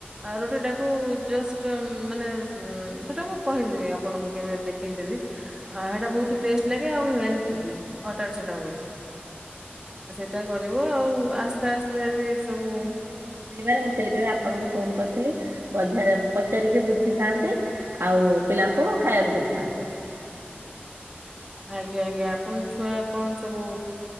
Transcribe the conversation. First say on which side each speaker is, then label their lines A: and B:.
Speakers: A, on the right; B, on the right.
A: ଆଉ ରୁଟିଟାକୁ ଜଷ୍ଟ ମାନେ ସେଟା ମୁଁ କହିବି ଆପଣଙ୍କୁ କେବେ ଦେଖ ଦେଖେଇଦେବି ହେଟା ବୋହୁତ ଟେଷ୍ଟ ଲାଗେ ଆଉ ହେଲଥ ବି ଅଟା ରେ ସେଟା ହୁଏ। ସେଇଟା କରିବ ଆଉ, ଆସ୍ତେ ଆସ୍ତେ ବି ସବୁ
B: କଣ ଖାଇବାରେ ମୁଁ ସେଇଥିପାଇଁ ଆପଣଙ୍କୁ ଫୋନ କରିଥିଲି ବଧେ ପଚାରିକି ବୁଝିଥାନ୍ତି, ଆଉ ପିଲାଙ୍କୁ ଖାଇବାକୁ ଦେଇଥାନ୍ତି।
A: ଆଜ୍ଞା ଆଜ୍ଞା, ଆପଣଙ୍କ ଛୁଆ କଣ ସବୁ